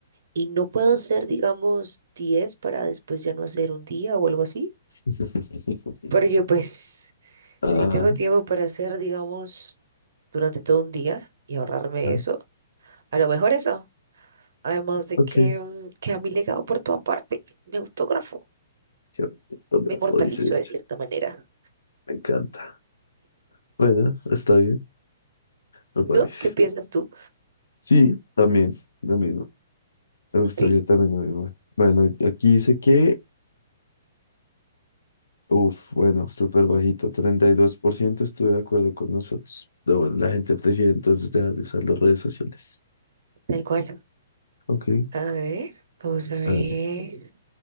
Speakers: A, on the right; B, on the left.
A: y no puedo hacer, digamos, diez para después ya no hacer un día o algo así.
B: <laughs>
A: Porque pues,
B: Ah,
A: si tengo tiempo para hacer, digamos. durante todo un día y ahorrarme
B: ah,
A: eso. A lo mejor eso. Además de
B: ok.
A: que mm, queda mi legado por toda parte. Me autógrafo.
B: Ya, Autógrafo,
A: Me inmortalizo
B: dice ella.
A: de cierta manera.
B: Me encanta. Bueno, está bien, me
A: ¿No?
B: parece.
A: ¿Qué piensas tú?
B: Sí, también, lo mismo. Me gustaría
A: Ok,
B: también lo mismo. Bueno, aquí dice que Uf, bueno, súper bajito, 32% estuve de acuerdo con nosotros. Pero bueno, la gente prefiere entonces dejar de usar las redes sociales.
A: tal cual.
B: Ok,
A: A ver, vamos a ver.
B: a ver,